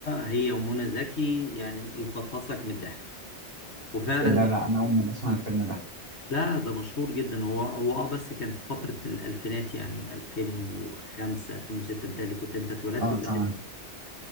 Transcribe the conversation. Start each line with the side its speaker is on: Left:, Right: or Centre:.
Left: هي ومنى زكي يعني يفطسك من الضحك وفعلا
Right: إيه ده لأ أنا أول مرة أسمع الفيلم ده
Left: لا ده مشهور جدا هو هو اه بس كان في فترة الألفينات يعني 2005 2006 متهيألي كنت انت اتولدت
Right: أه
Left: ولا
Right: تمام